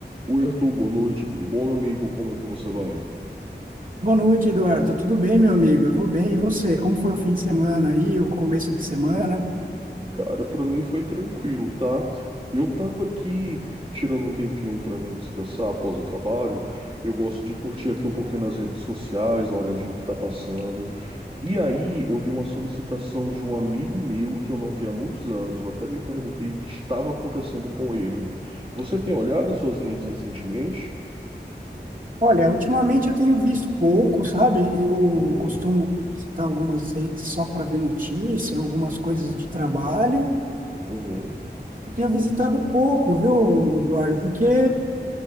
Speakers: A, on the right; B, on the right.
A: Oi, Arthur, boa noite, tudo bom, meu amigo? Como é que você vai?
B: Boa noite, Eduardo. Tudo bem, meu amigo? Eu vou bem. E você? Como foi o fim de semana aí, o começo de semana?
A: Cara, pra mim foi tranquilo, tá? Eu tava aqui tirando um tempinho pra mim descansar após o trabalho. Eu gosto de curtir aqui um pouquinho nas redes sociais, dar uma olhadinha o que tá passando. E aí, eu vi uma solicitação de um amigo meu que eu não vi há muitos anos. Eu até me perguntei o que estava acontecendo com ele. Você tem olhado as suas redes recentemente?
B: Olha, ultimamente eu tenho visto pouco, sabe? Eu
A: Uhum,
B: costumo visitar algumas redes só para ver notícia, algumas coisas de trabalho.
A: uhum.
B: Eu tenho visitado pouco, viu, Eduardo? Porque